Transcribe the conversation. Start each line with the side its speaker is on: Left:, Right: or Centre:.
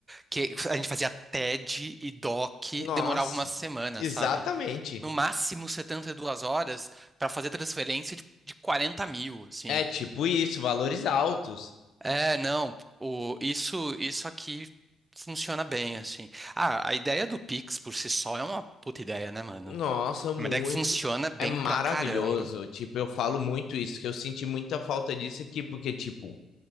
Right: que a gente fazia TED e DOC,
Left: Nossa,
Right: demorava uma semana,
Left: exatamente.
Right: sabe? No máximo 72 horas para fazer transferência de, de 40 mil, assim.
Left: É tipo isso, valores altos.
Right: É, não, o, isso, isso aqui funciona bem, assim. Ah, a ideia do Pix por si só é uma puta ideia, né, mano?
Left: Nossa, muito.
Right: É uma ideia que funciona bem
Left: É maravilhoso.
Right: pra caramba.
Left: Tipo, eu falo muito isso, que eu senti muita falta disso aqui, porque, tipo,